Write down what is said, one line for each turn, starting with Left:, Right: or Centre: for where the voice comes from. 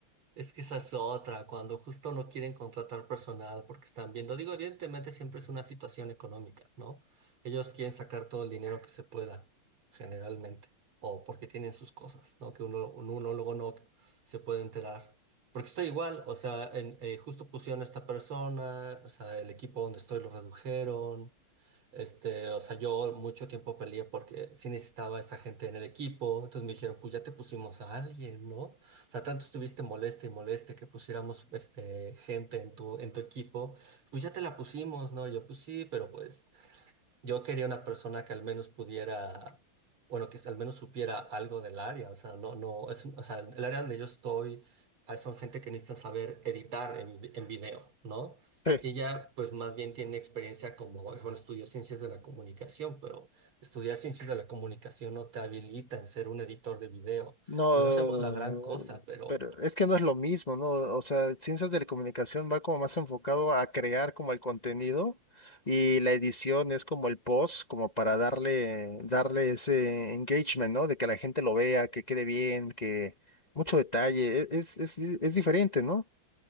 Right: Es que esa es otra, cuando justo no quieren contratar personal porque están viendo, digo, evidentemente siempre es una situación económica, ¿no? Ellos quieren sacar todo el dinero que se pueda, generalmente, o porque tienen sus cosas, ¿no? Que uno, un- uno luego no se puede enterar. Porque estoy igual, o sea, en- eh, justo pusieron a esta persona, o sea, el equipo donde estoy lo redujeron, este, o sea, yo mucho tiempo peleé porque sí necesitaba a esa gente en el equipo. Entonces me dijeron, pues ya te pusimos a alguien, ¿no? O sea, tanto estuviste molesta y molesta que pusiéramos este, gente en tu, en tu equipo. Pues ya te la pusimos, ¿no? Y yo, pues sí, pero pues yo quería una persona que al menos pudiera, bueno, que al menos supiera algo del área. O sea, no, no, es, o sea, el área donde yo estoy ah, son gente que necesita saber editar en, vi- en video, ¿no?
Left: Sí.
Right: Y ya, pues más bien tiene experiencia como, bueno, estudió ciencias de la comunicación, pero estudiar ciencias de la comunicación no te habilita en ser un editor de video.
Left: No,
Right: No hacemos la gran cosa, pero
Left: pero es que no es lo mismo, ¿no? O sea, ciencias de la comunicación va como más enfocado a crear como el contenido y la edición es como el post, como para darle, darle ese engagement, ¿no? De que la gente lo vea, que quede bien, que mucho detalle, e- es, es, es diferente, ¿no?